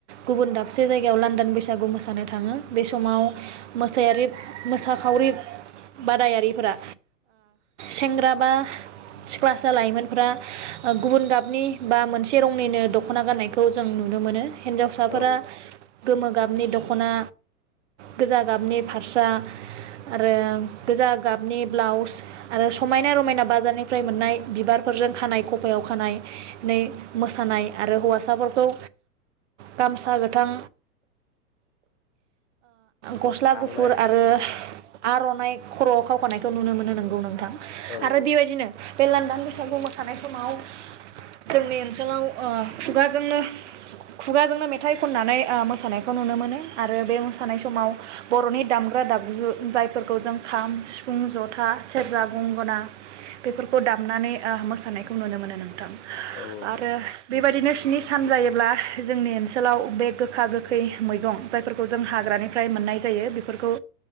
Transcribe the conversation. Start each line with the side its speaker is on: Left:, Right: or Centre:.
Right: गुबुन दाबसे जायगायाव लान्दान बैसागु मोसानो थांङो बे समाव मोसायारि मोसाखावरि बादायारिफोरा सेंग्रा बा सिख्लासा लाइमोनफोरा गुबुन गाबनि बा मोनसे रंनिनो दख'ना गाननायखौ जों नुनो मोनो हिनजावसाफोरा
Left: औ
Right: गोमो गाबनि दखना गोजा गाबनि फास्रा आरो गोजा गाबनि ब्लाउस आरो समायना रमायना बाजारनि निफ्राय मोननाय बिबारफोरजों खानाय खपायाव खानाय न मोसानाय आरो हौवासाफोरखौ गामसा गोथां गस्ला
Left: आर'नाइ
Right: गुफुर आरो आरनाइ खरआव खावखानायखौ नुनो मोनो नोंगौ नोंथां आरो
Left: औ औ
Right: बे बायदिनो बे लांदां बैसागु मोसानाय समाव जोंनि ओनसोलाव खुगाजोंनो खुगाजोंनो मेथाइ खननानै मोसानायखौ नुनो मोनो आरो बे मोसानाय समाव बर'नि दामग्रा दामु जायफोरखौ जों खाम सिफुं जथा सेरजा गंगोना बेफोरखौ दामनानै मोसानायखौ नुनो मोनो नोंथां
Left: औ
Right: आरो बेबायदिनो सान जायोब्ला जोंनि ओनसोलाव बे गोखा गोखै मैगं जायफोरखौ जों हाग्रानिफ्राय मोननाय जायो बेफोरखौ